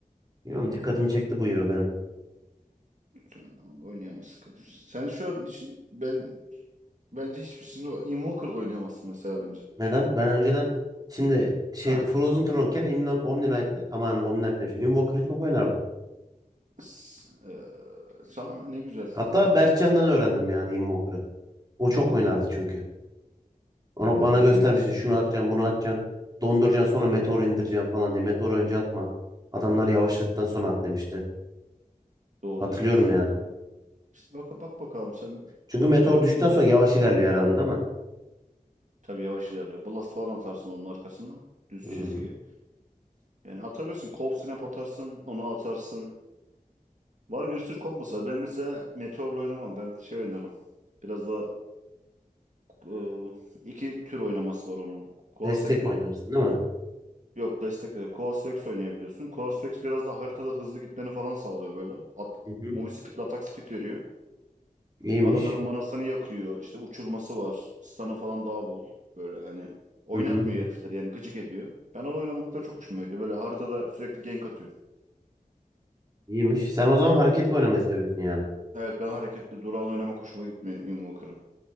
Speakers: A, on the right (about 25°); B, on the right (about 55°).
A: Bilmiyorum dikkatimi çekti bu hero benim.
B: Sen onu oynayamazsın. Sen şu an için ben Bence hiçbirisini Invoker'da oynayamazsın mesela bence.
A: Neden? Ben önceden şimdi şey
B: Ha.
A: Frozen Throne'ken Imnon Omni Knight'ı aman Omni Knight demişim. Invoker'ı çok oynardım.
B: S- e, tamam ne güzel.
A: Hatta Berkcan'dan öğrendim yani Invoker'ı. O çok
B: Ha.
A: oynardı çünkü. Ona bana
B: Bence
A: göstermişti
B: oynayamazsın
A: şunu
B: o.
A: atacaksın bunu atacaksın. Donduracaksın sonra meteor indireceksin falan diye. Meteoru önce atma. Adamlar yavaşladıktan sonra at demişti.
B: Doğru
A: Hatırlıyorum
B: demiş.
A: yani.
B: Ama işte bak, bak bakalım sen
A: Çünkü meteor düştükten
B: bence
A: sonra yavaş ilerliyor herhalde değil mi?
B: tabii yavaş ilerliyor. Blast falan atarsın onun arkasına. Düz
A: Hmm.
B: çizgi. Yani atabilirsin. Cold Snap atarsın. Onu atarsın. Var bir sürü kombosu. var. Ben mesela Meteor'la oynamam. Ben şey oynarım. Biraz da e, iki tür oynaması var onun. Kuala
A: Destek
B: Exor.
A: oynarsın değil mi?
B: Yok destekle. Quasvex oynayabiliyorsun. Quasvex biraz da haritada hızlı gitmeni falan sağlıyor böyle. At,
A: Hı hı.
B: movie speed ile atak speed veriyor.
A: İyiymiş.
B: Adamların Hı. manasını yakıyor. İşte uçurması var. Stun'ı falan daha bol. Böyle hani oynatmıyor
A: Hı hı.
B: herifleri yani gıcık ediyor. Ben onu oynamakta çok hoşuma gidiyor. Böyle haritada sürekli gank atıyorum.
A: İyiymiş. Sen o zaman hareketli oynamayı seviyorsun yani.
B: Evet ben hareketli durağan oynamak hoşuma gitmiyor Invoker'ı.